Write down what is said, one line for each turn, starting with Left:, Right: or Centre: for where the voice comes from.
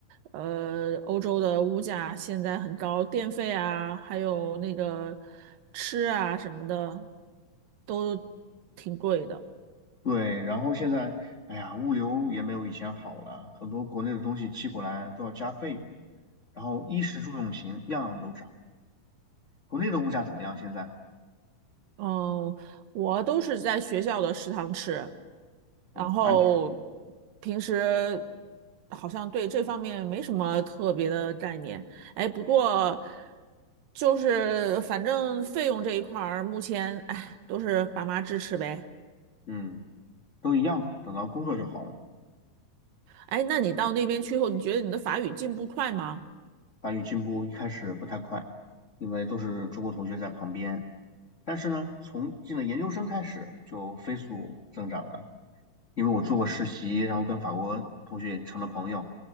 Right: 呃，欧洲的物价现在很高，电费啊，还有那个吃啊什么的，都挺贵的。
Left: 对。然后现在，哎呀，物流也没有以前好了，很多国内的东西寄过来都要加费用。然后衣食住用行样样都涨。国内的物价怎么样？现在？
Right: 嗯，我都是在学校的食堂吃。
Left: 哦，
Right: 然后
Left: 哪里？
Right: 平时好像对这方面没什么特别的概念。哎，不过就是反正费用这一块儿，目前哎都是爸妈支持呗。
Left: 嗯，<laughs> 都一样的。等到工作就好了。
Right: 哎，那你到那边去后，你觉得你的法语进步快吗？
Left: 法语进步一开始不太快，因为都是中国同学在旁边。但是呢，从进了研究生开始就飞速增长了，因为我做过实习，然后跟法国同学也成了朋友。